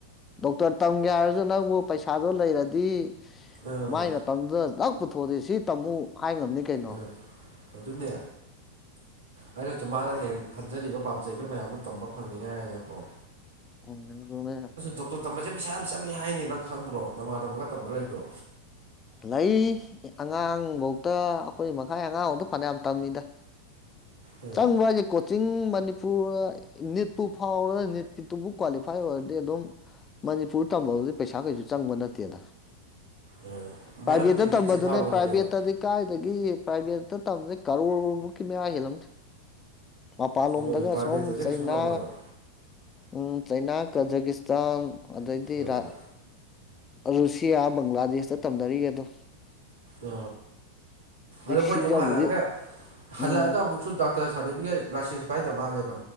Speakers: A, on the left; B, on the right.
A: ꯗꯣꯛꯇꯔ ꯇꯝꯒꯦ ꯍꯥꯏꯔꯁꯨ ꯅꯪꯕꯨ ꯄꯩꯁꯥꯗꯣ ꯂꯩꯔꯗꯤ
B: ꯑꯥ
A: ꯃꯥꯏ ꯃꯇꯝꯗꯨꯗ ꯗꯥꯛ ꯄꯨꯊꯣꯛꯑꯗꯤ ꯁꯤ ꯇꯝꯃꯨ ꯍꯥꯏ ꯉꯝꯅꯤ ꯀꯩꯅꯣ
B: ꯎꯝ ꯑꯗꯨꯅꯦ ꯑꯩꯅ ꯆꯨꯝꯃꯅ ꯍꯌꯦ ꯈꯟꯖꯔꯤꯕ ꯄꯥꯝꯖꯔꯤꯕ ꯃꯌꯥꯝꯅ ꯇꯝꯕ ꯐꯪꯅꯤꯉꯥꯏ ꯅꯀꯣ
A: ꯎꯝ ꯑꯗꯨꯅꯦ
B: ꯗꯣꯛ ꯇꯝꯕꯖꯦ ꯄꯩꯁꯥ ꯌꯥꯝ ꯆꯪꯉꯦ ꯍꯥꯏꯅꯤ ꯅꯪ ꯈꯪꯕ꯭ꯔꯣ ꯅꯃꯥꯟꯅꯕꯒ ꯇꯝꯕꯒ ꯂꯩꯕ꯭ꯔꯣ
A: ꯂꯩ ꯑꯉꯥꯡꯕꯧꯇ ꯑꯈꯣꯏ ꯃꯈꯥꯏ ꯑꯉꯥꯡꯎꯗ ꯐꯅꯌꯥꯝ ꯇꯝꯃꯤꯗ
B: ꯑꯥ
A: ꯆꯪꯕ ꯍꯥꯏꯁꯦ ꯀꯣꯆꯤꯡ ꯃꯅꯤ ꯄꯨꯔ ꯅꯤꯠꯄꯨ ꯐꯥꯎꯔꯒ ꯅꯤꯠꯀꯤꯗꯨꯕꯨ ꯀ꯭ꯋꯥꯂꯤꯐꯥꯏ ꯑꯣꯏꯔꯗꯤ ꯑꯗꯨꯝ ꯃꯅꯤꯄꯨꯔ ꯇꯝꯕ ꯑꯗꯩꯩ ꯄꯩꯁꯥ ꯀꯩꯁꯨ ꯆꯪꯕ ꯅꯠꯇꯦꯗ
B: ꯑꯥ
A: ꯄ꯭ꯔꯥꯏꯚꯦꯠꯇ
B: ꯃꯔꯝꯗꯤ ꯅꯤꯠꯁꯦ
A: ꯇꯝꯕꯗꯨꯅꯦ
B: ꯐꯥꯎꯕꯗꯅꯦꯕ
A: ꯄ꯭ꯔꯥꯏꯚꯦꯠꯇꯗꯤ ꯀꯥꯏꯗꯒꯤ ꯄ꯭ꯔꯥꯏꯚꯦꯠꯇ ꯇꯝꯕ ꯀꯔꯣꯔꯕꯨꯀꯤ ꯍꯥꯏꯂꯝ ꯃꯄꯥꯟꯂꯣꯝꯗꯒ
B: ꯍꯣꯏ ꯄ꯭ꯔꯥꯏꯚꯦꯠꯇꯗꯤ
A: ꯁꯣꯝ ꯆꯩꯅꯥ
B: ꯀꯩꯁꯨ ꯉꯝꯃꯣꯏꯕ
A: ꯎꯝ ꯆꯩꯅꯥ ꯀꯖꯀꯤꯁꯇꯥꯟ ꯑꯗꯩꯗꯤ
B: ꯑꯥ
A: ꯔꯥ ꯔꯨꯁꯤꯌꯥ ꯕꯪꯒ꯭ꯂꯥꯗꯦꯁꯇ ꯇꯝꯅꯔꯤꯒ ꯑꯗꯣ
B: ꯑ ꯑꯗꯣ ꯃꯣꯏꯗꯤ
A: ꯁꯤꯖꯕꯨꯗꯤ
B: ꯑꯃꯨꯛ ꯍꯜꯂꯛꯑꯒ ꯍꯜꯂꯛꯑꯒ
A: ꯎꯝ
B: ꯑꯃꯨꯛꯁꯨ ꯗꯥꯛ ꯇꯔ ꯁꯥꯔꯗꯤꯕꯤꯀꯦꯠ ꯂꯥꯏꯁꯦꯟꯁ ꯄꯥꯥꯏꯗꯕ ꯃꯥꯂꯦ